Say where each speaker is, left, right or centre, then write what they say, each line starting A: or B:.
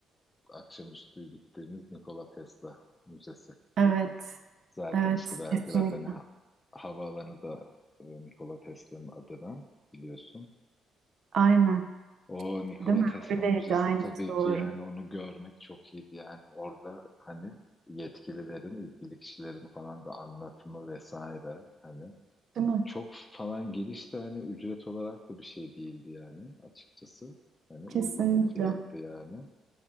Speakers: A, on the left; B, on the right.
A: akşamüstü gittiğimiz Nikola Tesla Müzesi.
B: Evet.
A: Zaten
B: Evet,
A: işte Belgrad
B: kesinlikle.
A: hani ha- havaalanı da e, Nikola Tesla'nın adına biliyorsun.
B: Aynen.
A: O Nikola
B: Değil mi?
A: Tesla
B: Öyleydi
A: Müzesi
B: aynı
A: tabii
B: doğru.
A: ki yani onu görmek çok iyiydi yani orada hani yetkililerin, ilgili kişilerin falan da anlatımı vesaire hani
B: Değil mi?
A: çok falan giriş de hani ücret olarak da bir şey değildi yani açıkçası. Hani
B: Kesinlikle.
A: uygun bir fiyattı yani.